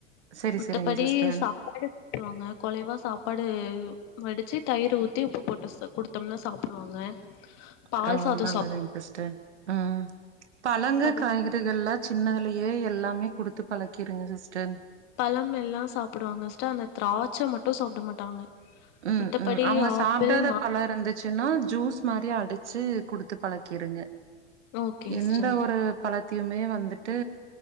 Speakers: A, on the right (about 80°); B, on the left (about 50°).
A: சரி
B: மித்தபடி
A: சரிங்க சிஸ்டர்
B: சா ப்பாடு விட்டுருவாங்க கொழைவா சாப்பாடு வடிச்சு தயிர் ஊத்தி உப்பு போட்டு சாப் குடுத்தம்னா சாப்புடுவாங்க
A: அப்றோ
B: பால் சாதோ
A: நல்லதுங் சிஸ்டர் உம் பழங்க
B: அது
A: காய் கறிகள்ல சின்னதுலயே எல்லாமே குடுத்து பழக்கிருங்க சிஸ்டர்
B: பழமெல்லா சாப்டுவாங்க ஸ்டர் அந்த திராட்ச மட்டு சாப்ட மாட்டாங்க
A: ம்
B: மத்தபடி
A: ம் அவுங்க
B: ஆப்பிள்
A: சாப்டாத
B: மா
A: பழோ இருந்து ச்சுன்னா ஜூஸ் மாரி அடிச்சு குடுத்து பழக்கிருங்க
B: ஓகே
A: எந்த
B: சிஸ்டர்
A: ஒரு பழத்தியுமே வந்துட்டு